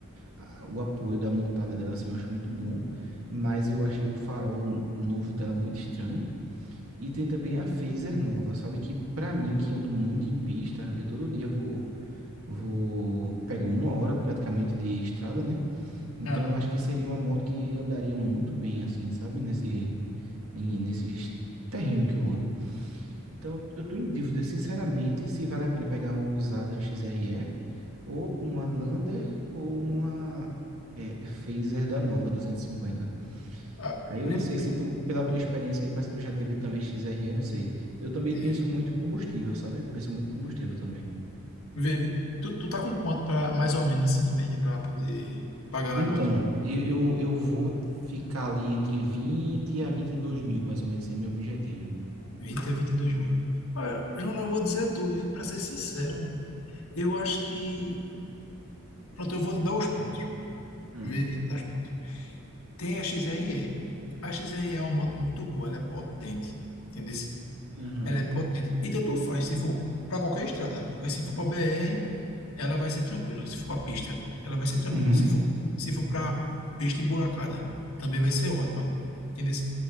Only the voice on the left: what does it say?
Aham.
Ah,
pri-
pri-
teve.
Vive. Tu, tu tá com quanto para mais ou menos assim, em média, para poder pagar na
moto?
vinte a vinte e dois mil. Olha, Jona, eu vou dizer a tu, para ser sincero, eu acho que. Pronto, eu vou dar os pontos.
Vive, dar os pontos. Tem a XRE. A XRE é uma moto muito boa, ela é potente. Entendeu?
Ela é potente. E tanto faz se for para qualquer estrada, porque se for para BR, ela vai ser tranquila. Se for para pista, ela vai ser tranquila.
Se for, se for para pista emburacada, também vai ser ótima. Entendeu?